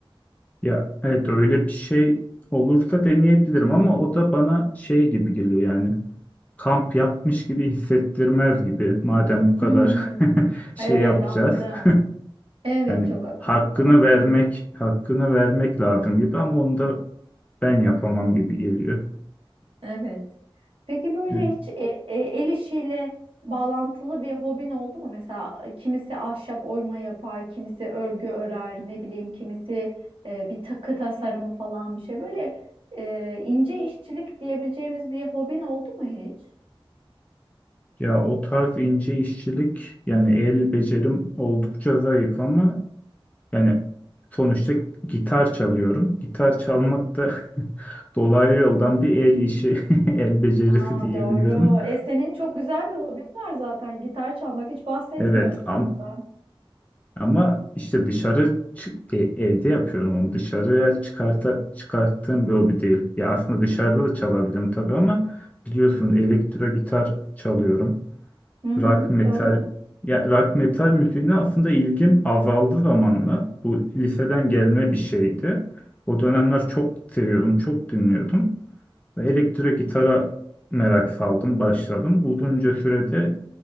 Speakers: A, on the left (about 15°); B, on the right (about 75°).
A: Ya evet öyle bir şey olursa deneyebilirim ama o da bana şey gibi geliyor yani kamp yapmış gibi hissettirmez gibi madem bu kadar
B: Hmm,
A: <laughs> şey
B: evet
A: yapacağız.
B: anladım.
A: <laughs>
B: Evet
A: Yani
B: çok haklısın
A: hakkını
B: o da doğru.
A: vermek, hakkını vermek lazım gibi ama onu da ben yapamam gibi geliyor.
B: Evet. Peki böyle
A: Hı.
B: hiç e, e, el işiyle bağlantılı bir hobin oldu mu? Mesela kimisi ahşap oyma yapar, kimisi örgü örer, ne bileyim kimisi e, bir takı tasarımı falan bir şey. Böyle e, ince işçilik diyebileceğimiz bir hobin oldu mu hiç?
A: Ya o tarz ince işçilik yani el becerim oldukça zayıf ama yani sonuçta gitar çalıyorum. Gitar çalmak da <laughs> dolaylı yoldan bir el işi, <laughs> el becerisi
B: Aa,
A: diyebilirim.
B: doğru. E, senin çok güzel bir hobin var zaten gitar çalmak. Hiç bahsetmiyorsun
A: Evet, am-
B: bundan.
A: Ama işte dışarı çı- e- evde yapıyorum onu. Dışarıya çıkarta, çıkarttığım bir hobi değil. Ya aslında dışarıda da çalabilirim tabii ama biliyorsun elektro gitar çalıyorum.
B: Hı hı,
A: Rock metal
B: doğru.
A: ya rock metal müziğine aslında ilgim azaldı zamanla. Bu liseden gelme bir şeydi. O dönemler çok seviyordum, çok dinliyordum. Ve elektro gitara merak saldım, başladım. Uzunca sürede